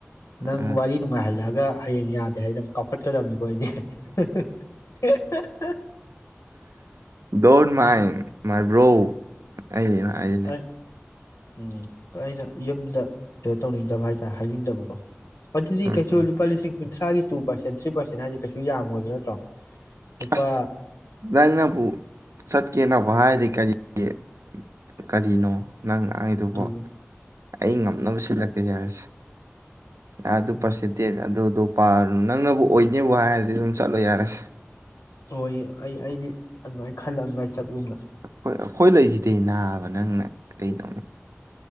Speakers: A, on the left (about 80°); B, on the right (about 80°).
A: ꯅꯪ
B: ꯎꯝ
A: ꯋꯥꯔꯤ ꯅꯨꯡꯉꯥꯏꯍꯜꯂꯛ ꯗꯨꯒ ꯍꯌꯦꯡ ꯌꯥꯗꯦ ꯍꯥꯏ ꯅꯪ ꯀꯥꯎꯈꯠꯀꯗꯕꯅꯤꯕꯣ ꯑꯩꯗꯤ ꯍꯥ ꯍꯥ ꯍꯥ ꯍꯦ ꯍ <unintelligible>
B: ꯗꯣꯟ ꯃꯥꯏꯟ ꯃꯥꯏꯕ꯭ꯔꯣ ꯑꯅ ꯍꯥꯏꯅꯦ
A: ꯑꯩ
B: <unintelligible>
A: ꯎꯝ ꯑꯩꯅ ꯌꯨꯝꯗ ꯀꯩꯅꯣ ꯇꯧꯅꯤꯡꯗꯕ ꯍꯥꯏꯇꯥꯔꯦ ꯍꯥꯏꯅꯤꯡꯗꯕꯀꯣ ꯑꯗꯨꯗꯤ
B: ꯎꯝ
A: ꯀꯩꯁꯨ ꯂꯨꯄꯥ ꯂꯤꯁꯤꯡ ꯀꯨꯟꯊ꯭ꯔꯥꯒꯤ ꯇꯨ ꯄꯥꯔꯁꯦꯟ ꯊ꯭ꯔꯤ ꯄꯥꯔꯁꯦꯟ ꯍꯥꯏꯁꯦ ꯀꯩꯁꯨ ꯌꯥꯝꯃꯣꯏꯕ ꯅꯠꯇ꯭ꯔꯣ ꯂꯨꯄꯥ
B: ꯑꯁ ꯅꯪꯅꯕꯨ ꯆꯠ ꯀꯦꯅꯕꯨ ꯍꯥꯏꯔꯗꯤ ꯀꯔꯤꯒꯤ ꯀꯔꯤꯅꯣ ꯅꯪ ꯉꯥꯡꯉꯤꯗꯨꯕꯣ
A: ꯎꯝ
B: ꯑꯩ ꯉꯝꯅꯕ ꯁꯤꯜꯂꯛꯀꯦ ꯌꯥꯔꯦꯁꯦ ꯑꯗꯨ
A: ꯎꯝ
B: ꯄꯔꯁꯦꯟ ꯇꯦꯁ ꯑꯗꯨ ꯑꯗꯨꯄꯥ ꯅꯪꯅꯕꯨ ꯑꯣꯏꯅꯦꯕꯨ ꯍꯥꯏꯔꯗꯤ ꯑꯗꯨꯝ ꯆꯠꯂꯣ ꯌꯥꯔꯁꯦ
A: ꯍꯣꯏ ꯑꯩ ꯑꯩꯗꯤ ꯑꯗꯨꯃꯥꯏꯅ ꯈꯜꯂ ꯑꯗꯨꯃꯥꯏ ꯆꯠ <unintelligible>
B: ꯍꯣꯏ ꯑꯩꯈꯣꯏ ꯂꯩꯖꯤꯗꯤ ꯅꯥꯕ ꯅꯪꯅ ꯀꯩꯅꯣꯅꯦ